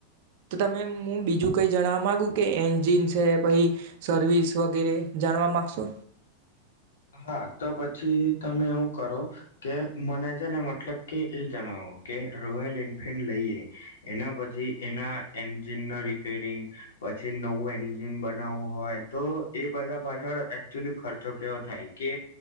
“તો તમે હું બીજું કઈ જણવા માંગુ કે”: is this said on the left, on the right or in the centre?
Right